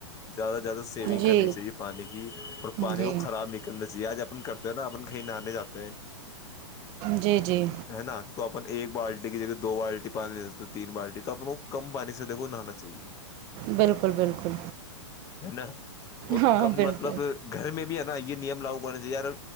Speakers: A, on the left; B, on the right.
A: زیادہ سے زیادہ سیونگ
B: جی
A: کرنی چاہیے پانی کی اور پانی
B: جی
A: کو خراب نہیں کرنا چاہیے آج اپن کرتے ہیں نا اپن کہیں نہانے جاتے ہیں
B: جی جی
A: ہے نا تو اپ ایک بالٹی کی جگہ دو بالٹی پانی تین بالٹی تو آ ل کو کم پانی سےیکھو نہانا چاہیے
B: بالکل بالکل
A: <unintelligible> <unintelligible> اور
B: ہاں
A: کم
B: بالکل
A: مطلب گھر میں بھی آ نہ یہ نیم لاگو بنے گ یار